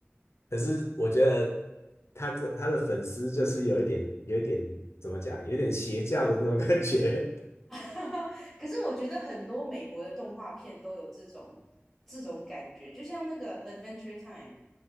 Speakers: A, on the left (about 75°); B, in the centre.
A: 可是，我觉得他这他的粉丝就是有一点有一点怎么讲，有点邪教的那种感觉。
B: <laughs> 可是我觉得很多美国的动画片都有这种这种感觉，就像那个《Adventure Time》，